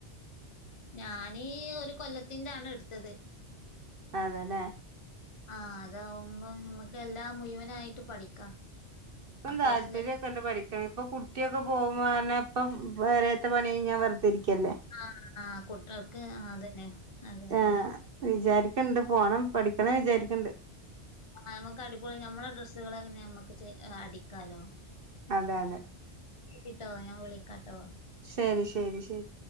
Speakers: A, on the left; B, on the right.
A: ഞാന് ഒരു കൊല്ലത്തിന്റാണ് ഇട്ത്തത്
B: അതെലേ
A: ആഹ അതാവുമ്പോ നമ്മക്ക് എല്ലാം മുഴുവനായിട്ട് പഠിക്കാം
B: ഇപ്പംതാല്പര്യം.
A: ആ കോഴ്സില്
B: ഇപ്പം എന്താ പഠിക്കണേ ഇപ്പൊ കുട്ടിയൊക്കെ പോകുമ്പോ തന്നെ ഇപ്പം പേരെത്തെ പണി കഴിഞ്ഞാ വെറുതെ ഇരിക്കല്ലേ.
A: ആ ആ കുട്ട്യോൾക്ക് ആ അതന്നെ അതെ അതെ
B: ആഹ് വിചാരിക്കണ്ട് പോണം പഠിക്കണം വിചാരിക്ക്ണ്ട്
A: ആഹ് നമുക്ക് അടിപൊളി നമ്മളെ ഡ്രസ്സ്കളെന്നെ നമ്മക്ക് ചേ അടിക്കാലോ
B: അതെ അതെ
A: ശെരിട്ടോ ഞാൻ വിളിക്കാട്ടോ
B: ശരി ശരി ശരി